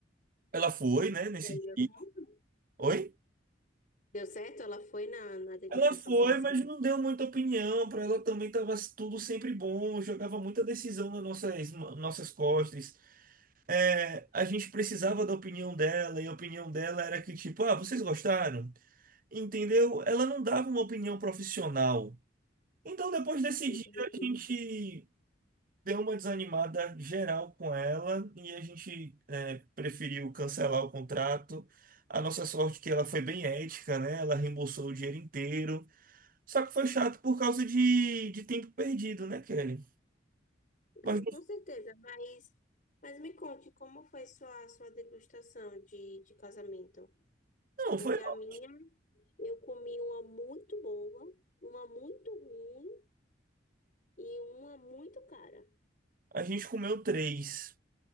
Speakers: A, on the right (about 50°); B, on the left (about 45°).
A: ela foi, né, nesse
B: E aí deu
A: dia.
B: certo?
A: Oi?
B: Deu certo? Ela foi na, na degustação
A: Ela foi,
B: com você?
A: mas não deu muita opinião. Para ela também estava tudo sempre bom, jogava muita decisão nas nossas, nossas costas. É, a gente precisava da opinião dela, e a opinião dela era que, tipo, ah, vocês gostaram? Entendeu? Ela não dava uma opinião profissional. Então, depois desse
B: Entendi.
A: dia, a gente deu uma desanimada geral com ela e a gente é, preferiu cancelar o contrato. A nossa sorte é que ela foi bem ética, né? Ela reembolsou o dinheiro inteiro. Só que foi chato por causa de, de tempo perdido, né, Kelly? Mas
B: Ah, com certeza, mas, mas me conte como foi sua, sua degustação de, de casamento.
A: não,
B: Porque
A: foi.
B: a
A: ó.
B: minha, eu comi uma muito boa, uma muito ruim e uma muito cara.
A: A gente comeu três.